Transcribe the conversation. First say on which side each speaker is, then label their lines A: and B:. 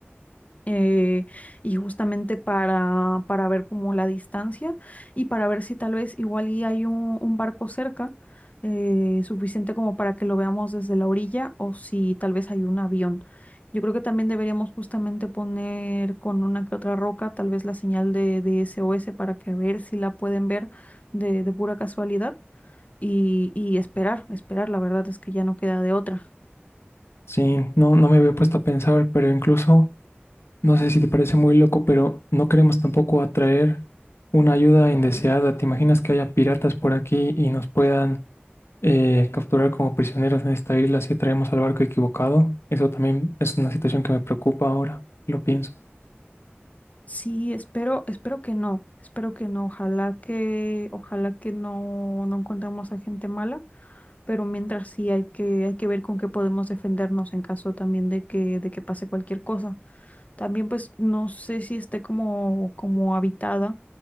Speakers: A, on the left; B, on the left.
A: eh, y justamente para, para ver como la distancia y para ver si tal vez igual y hay un, un barco cerca eh, suficiente como para que lo veamos desde la orilla o si tal vez hay un avión. Yo creo que también deberíamos justamente poner con una que otra roca tal vez la señal de, de S O S para que a ver si la pueden ver de, de pura casualidad y, y esperar, esperar, la verdad es que ya no queda de otra.
B: Sí, no, no me había puesto a pensar, pero incluso... No sé si te parece muy loco, pero no queremos tampoco atraer una ayuda indeseada. ¿Te imaginas que haya piratas por aquí y nos puedan eh, capturar como prisioneros en esta isla si traemos al barco equivocado? Eso también es una situación que me preocupa ahora, lo pienso.
A: Sí, espero, espero que no, espero que no, ojalá que, ojalá que no, no encontremos a gente mala, pero mientras sí hay que, hay que ver con qué podemos defendernos en caso también de que, de que pase cualquier cosa. También pues no sé si esté como, como habitada.